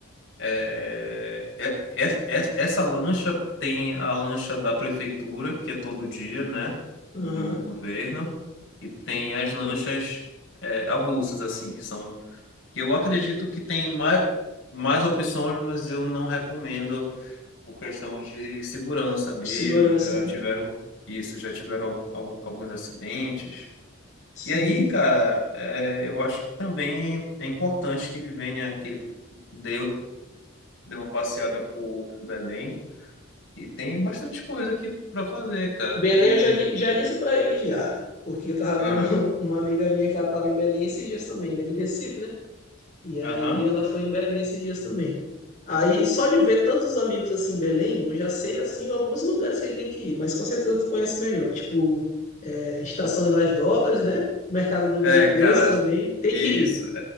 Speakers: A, on the left (about 60°); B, on the left (about 35°).
A: é, é- é- é- essa lancha tem a lancha da prefeitura, que é todo dia, né?
B: Aham.
A: Do governo, e tem as lanchas é, avulsas, assim, que são que eu acredito que tem mais, mais opções, mas eu não recomendo por questão de segurança mesmo.
B: De segurança,
A: Já
B: né?
A: tiveram isso, já tiveram al- alguns acidentes.
B: Sim.
A: E aí, cara, é, eu acho que também é importante que ele venha, que ele dê, dê uma passeada por Belém. E tem bastante coisa aqui para fazer, cara.
B: Belém
A: Tem.
B: eu já, di- já disse para ele já, porque eu tava
A: Aham.
B: vendo <laughs> uma amiga minha que ela tava em Belém esses dias também, ela é de Recife, né? E aí
A: Aham.
B: ela foi em Belém esses dias também. Aí só de ver tantos amigos assim em Belém, eu já sei assim alguns lugares que ele tem que ir, mas com certeza tu conhece melhor, tipo é, Estação das Docas, né? Mercado do
A: É,
B: Velo Peso
A: cara,
B: também, tem
A: isso.
B: que ir.